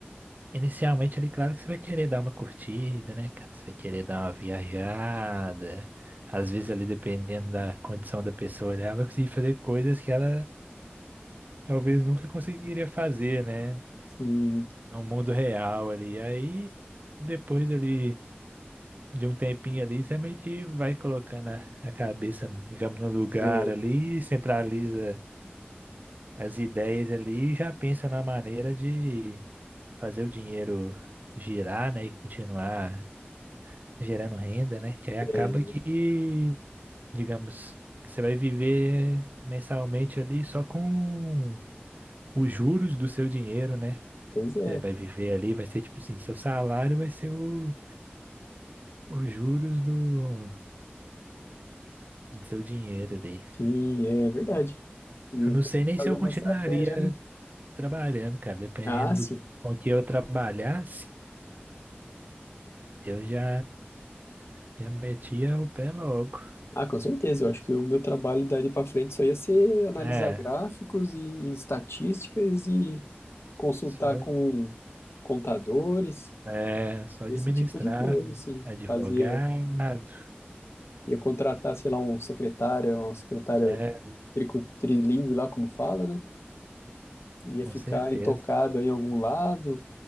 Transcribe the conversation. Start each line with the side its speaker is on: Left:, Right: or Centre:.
Right: Inicialmente, ele, claro que você vai querer dar uma curtida, né, cara? Você vai querer dar uma viajada. Às vezes, ali, dependendo da condição da pessoa, ela vai conseguir fazer coisas que ela talvez nunca conseguiria fazer, né?
Left: Sim,
Right: No mundo real ali. Aí, depois ali de um tempinho ali, você meio que vai colocando a, a cabeça, digamos, no lugar
Left: é,
Right: ali, centraliza as ideias ali e já pensa na maneira de fazer o dinheiro girar, né? E continuar. gerando renda, né? Que aí acaba
Left: é,
Right: que, digamos, você vai viver mensalmente ali só com os juros do seu dinheiro, né?
Left: pois é,
Right: Você vai viver ali, vai ser tipo assim, seu salário vai ser o, os juros do, do seu dinheiro ali.
Left: sim, é verdade. Ia
Right: Eu não
Left: ter
Right: sei
Left: que
Right: nem
Left: fazer
Right: se eu
Left: uma
Right: continuaria
Left: estratégia, né?
Right: trabalhando, cara. Dependendo
Left: Ah, sim.
Right: do com que eu trabalhasse, eu já, já metia o pé logo.
Left: Ah, com certeza. Eu acho que o meu trabalho dali para frente só ia ser analisar
Right: É,
Left: gráficos e estatísticas e consultar
Right: só.
Left: com contadores,
Right: É, só administrado,
Left: esse tipo de coisa, assim.
Right: advogado,
Left: Fazia, ia contratar, sei lá, um secretário, uma secretária
Right: é,
Left: trico, trilingue lá, como fala, né? Ia
Right: com
Left: ficar
Right: certeza.
Left: intocado aí em algum lado,